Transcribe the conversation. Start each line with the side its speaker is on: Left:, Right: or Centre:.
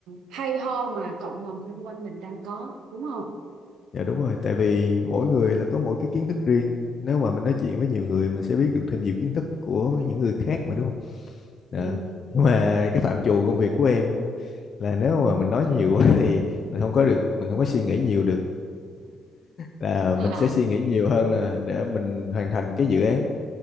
Right: hay ho mà cộng đồng xung quanh mình đang có đúng không
Left: Dạ đúng rồi, tại vì mỗi người là có mỗi cái kiến thức riêng. Nếu mà mình nói chuyện với nhiều người mình sẽ biết được thêm nhiều kiến thức của những người khác mà đúng không? Dạ.
Right: ừ.
Left: Nhưng mà cái phạm trù công việc của em là nếu mà mình nói nhiều quá <laughs> thì mình không có được, mình không có suy nghĩ nhiều được. Là
Right: <laughs>
Left: mình sẽ suy nghĩ nhiều hơn là để mình hoàn thành cái dự án.